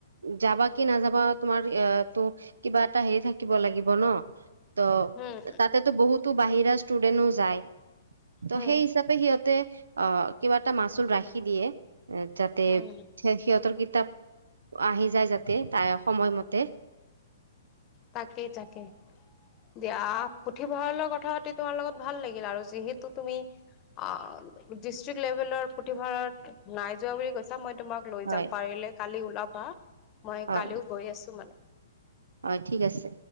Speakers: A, on the right (about 75°); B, on the left (about 30°).
A: যাবা কি নাযাবা তোমাৰ এইয়াতো কিবা এটা হেৰি থাকিব লাগিব ন। ত'
B: হম,
A: তাতেতো বহুতো বাহিৰা ষ্টুডেন্টও যায় ত'
B: হম,
A: সেই হিচাপে সিহত অ কিবা এটা মাচুল ৰাখি দিয়ে এ যাতে
B: হম,
A: সিহঁতৰ কিতাপ আহি যায় যাতে তা সময়মতে
B: তাকেই তাকেই। দিয়া পুথিভঁৰালৰ কথা পাতি তোমাৰ লগত ভাল লাগিল আৰু যিহেতু তুমি অ ডিষ্ট্ৰিক্ লেভেলৰ পুথিভঁৰাত নাই যোৱা বুলি কৈছা মই তোমাক লৈ
A: হয়
B: যাম পাৰিলে কালি ওলাবা, মই
A: হয়
B: কালিও গৈ আছো মানে।
A: হয় ঠিক আছে।